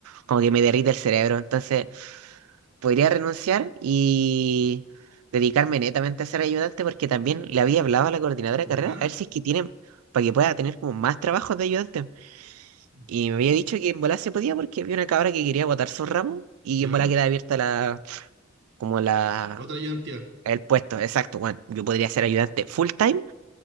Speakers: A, on the right; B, on the right.
A: como que me derrite el cerebro, entonces podría renunciar y dedicarme netamente a ser ayudante porque también le había hablado a la coordinadora
B: Ya.
A: de carrera a ver si es que tienen para que pueda tener como más trabajos de ayudante.
B: Ujú,
A: Y me había dicho que en bola se podía porque había una cabra que quería botar su ramo y
B: Ya.
A: en bola queda abierta la como la
B: Otra ayudantía.
A: el puesto, exacto, bueno, yo podría ser ayudante full time